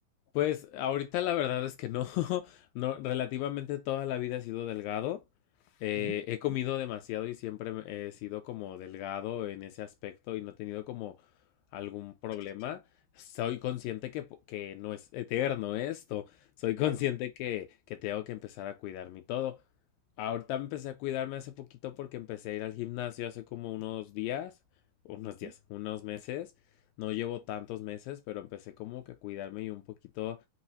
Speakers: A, on the left; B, on the right.
A: Pues ahorita la verdad es que no, <laughs> no, relativamente toda la vida he sido delgado. Eh,
B: Ujú,
A: he comido demasiado y siempre me- he sido como delgado en ese aspecto y no he tenido como algún problema. Soy consciente que, po- que no es eterno esto. Soy consciente
B: Claro.
A: que, que tengo que empezar a cuidarme y todo. Ahorita empecé a cuidarme hace poquito porque empecé a ir al gimnasio hace como unos días, unos días,
B: Ujú,
A: unos meses. No llevo tantos meses, pero empecé como que a cuidarme y un poquito